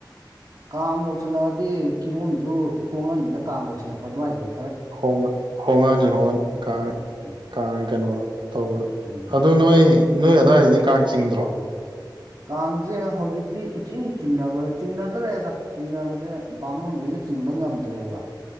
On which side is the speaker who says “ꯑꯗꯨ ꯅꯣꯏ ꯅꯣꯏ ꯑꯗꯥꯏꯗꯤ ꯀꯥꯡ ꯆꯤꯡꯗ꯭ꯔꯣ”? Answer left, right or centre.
Right